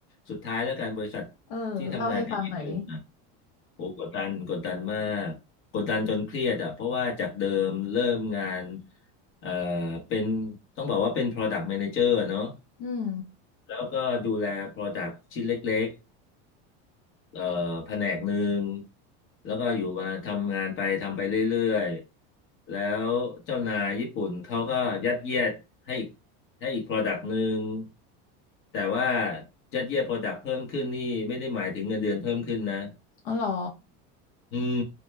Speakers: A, on the left; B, on the left.
A: สุดท้ายแล้วกันบริษัท
B: เออเล่าให้ฟังหน่อยดิ
A: ที่ทำงานกับญี่ปุ่นนะโหกดดันกดดันมากกดดันจนเครียดอ่ะเพราะว่าจากเดิมเริ่มงานเอ่อเป็นต้องบอกว่าเป็น Product Manager อะเนาะ
B: อืม
A: แล้วก็ดูแล Product ชิ้นเล็ก เอ่อแผนกหนึ่งแล้วก็อยู่มาทำงานไปทำไปเรื่อยๆแล้วเจ้านายญี่ปุ่นเขาก็ยัดเยียดให้อีกให้อีก product หนึ่งแต่ว่ายัดเยียด product เพิ่มขึ้นนี่ไม่ได้หมายถึงเงินเดือนเพิ่มขึ้นนะ
B: อ๋อเหรอ
A: อืม